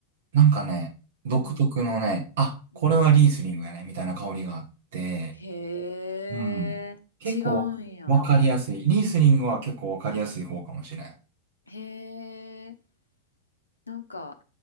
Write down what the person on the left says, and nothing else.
うん。
うん。
へえ。
違うんや。
へえ。なんか、